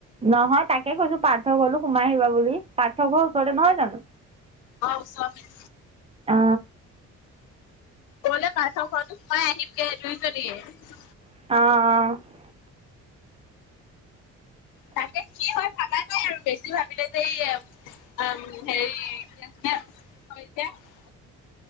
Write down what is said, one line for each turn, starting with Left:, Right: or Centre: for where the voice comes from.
Right: নহয়, তাকে কৈছো। পাৰ্থ ঘৰতো সোমাই আহিবা বুলি, পাৰ্থক ঘৰ ওচৰতে নহয় জানো!
Left: অ, ওচৰতে।
Right: অ
Left: গ'লে পাৰ্থ ঘৰতো সোমাই আহিমগে দুইজনীয়ে।
Right: অঁ, অঁ,।
Left: তাকে কি হয় ভাবা নাই আৰু বেছি ভাবিলে যে এ আম হেৰি কি আছিল <inaudible>